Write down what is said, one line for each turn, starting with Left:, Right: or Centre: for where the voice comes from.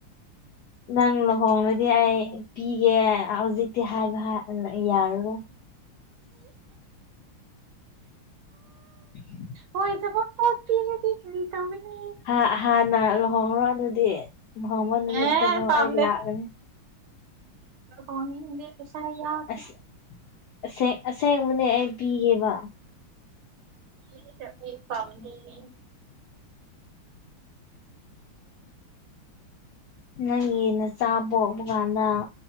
Left: ꯅꯪ ꯂꯨꯍꯣꯡꯂꯗꯤ ꯑꯩ ꯄꯤꯒꯦ ꯍꯧꯖꯤꯛꯇꯤ ꯍꯥꯏꯕ ꯍꯥꯏ ꯌꯥꯔꯔꯣꯏ <inaudible>
Right: ꯍꯣꯏ ꯊꯕꯛ ꯄꯣꯛ ꯄꯤꯔꯗꯤ <unintelligible>
Left: ꯑ ꯍꯥꯟꯅ ꯂꯨꯍꯣꯡꯔꯣ ꯑꯗꯨꯗꯤ ꯂꯨꯍꯣꯡꯕ ꯅꯨꯃꯤꯠꯇꯀꯣ
Right: ꯑꯦ ꯄꯥꯝꯗꯦ
Left: ꯑꯩ ꯂꯥꯛꯑꯒꯅꯤ
Right: ꯂꯨꯍꯣꯡꯅꯤꯡꯗꯦ ꯄꯩꯁꯥ <unintelligible>
Left: ꯑꯁ ꯑꯁꯦꯡ ꯑꯁꯦꯡꯕꯅꯦ ꯑꯩ ꯄꯤꯒꯦꯕ
Right: <unintelligible>
Left: ꯅꯪꯒꯤ ꯅꯆꯥꯥ ꯕ‌ꯣꯛꯄ ꯀꯥꯟꯗ